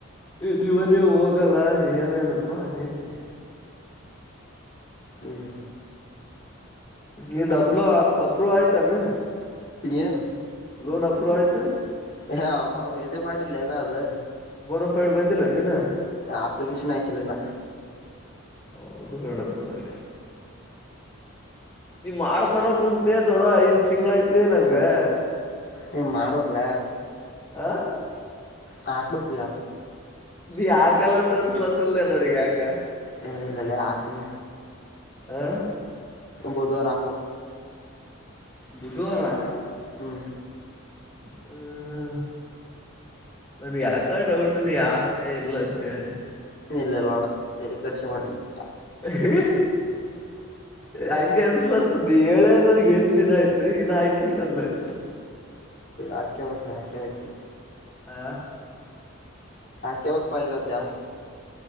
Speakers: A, on the left; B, on the left.
A: ದುವದೇ ಹೋಗಲ್ಲ ಏನೇನಪ್ಪಾ ಅನೇತೆ
B: ಹದ
A: ನಿಂದ ಅಪ್ಲೋ ಅಪ್ರೋ ಆಯ್ತಾನ
B: ಏನ್
A: ಲೋನ್ ಅಪ್ರೂವ್ ಆಐತೆ
B: ಹ ಅವ್ನು ಇದೇ ಮಾಡಿಲ್ಲ ಏನದು
A: ಬೋಫೈಡ್ ಬಂದುಂದಿ ನನಿ ನಾ
B: ಅಪ್ಲಿಕೇಶನ್ ಆಯಕಿಲ್ಲ ನ
A: ಹ ಅದು ಕಡಬಲ್ಲೆ ನೀ ಮಾಡತನಕ ಕುಂಂತೆೆ ದೊಡ್ಡ ಐದ್ ತಿಂಗಗಳ ಐತ್ಲಿ ನಂಗಂಗ
B: ನೀ ಮಾಡ್ಬೇಕಕ್ಲ
A: ಆ
B: ಹಾಗ ಬಕ ಜ
A: ನೀ ಆಕಲ್ಲ ಅಂತ ಅನ್ಸ್ಲತ್ತನ್ಲ ಅದನಿಗೆ ಆಕ
B: ಏ ಇಲ್ಲಲ್ಲ ಹಾಕತೀನಿ
A: ಆ
B: ಬುದವ ರಾಕಬೇಕ
A: ಬುಧವಾರ
B: ಹ್ಮ್
A: ಹ್ಮ ಹ್ಮ ನನಗ ಯಾಕ ಡೌಟ್ ನೀ ಆಗ್ತ ಇಲ್ಲ ಅಂತೇಳಿ
B: ಇಲ್ಲ ಇಲ್ಲ ಅಣ್ಣ ತಲಿ ಕೆಡಿಸ್ಕೋಬೇಡ ನೀ
A: ಹ ಹಂಗೆ ಅನ್ಸ್ಲತ್ತದ ಹೇಳೇ ನನಗ್ ಎಷ್ಟು ದಿನಯ್ತು ಇಿನ ಆಯ್ಕಿಲ್ಲ ಅಂದಲಾಯತ
B: ಆಕೆ ಹೋಗತನ ಹಾಕೆ ಹಕಿ
A: ಆ
B: ಹಾಕೆ ಮಾಗ ಪೈಗಂದ್ಯಾ